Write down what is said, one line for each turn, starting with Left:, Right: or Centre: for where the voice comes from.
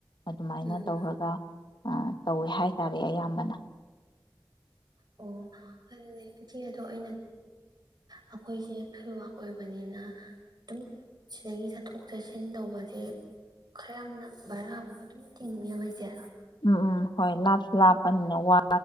Left: ꯑꯗꯨꯃꯥꯏꯅ
Right: ꯎꯝ
Left: ꯇꯧꯔꯒ ꯇꯧꯋꯦ ꯍꯥꯏꯇꯥꯔꯦ ꯑꯌꯥꯝꯕꯅ
Right: ꯑꯣ ꯑꯗꯨꯅꯦ ꯎꯆꯦꯛ ꯑꯗꯣ ꯑꯩꯅ ꯑꯩꯈꯣꯏꯁꯦ ꯐꯤꯜꯋꯥꯛ ꯑꯣꯏꯕꯅꯤꯅ ꯑꯗꯨꯝ ꯁꯤꯗꯒꯤ ꯆꯠꯊꯣꯛ ꯆꯠꯁꯤꯟ ꯇꯧꯕꯁꯦ ꯈꯔ ꯌꯥꯝꯅ ꯚꯔꯥꯒꯨꯝꯕ ꯑꯗꯨꯝ ꯇꯤꯡꯃꯤꯕ ꯏꯆꯦ
Left: ꯎꯝ ꯎꯝ ꯍꯣꯏ ꯂꯥꯞꯁꯨ ꯂꯥꯞꯄꯅꯤꯅ ꯋꯥ